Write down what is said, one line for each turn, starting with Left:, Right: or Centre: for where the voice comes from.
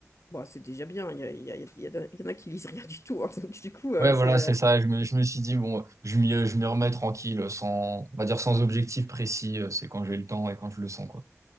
Left: Bon, c'est déjà bien. Il y, a- il y a- il y a- il y en a qui lisent rien du tout. hein. <laughs> Donc du coup, euh,
Right: Ouais, voilà,
Left: c'est...
Right: c'est
Left: euh,
Right: ça. Je me, je me suis dit, bon, je m'y, je m'y remets tranquille, sans, on va dire sans objectif précis. euh, C'est quand j'ai le temps et quand je le sens, quoi.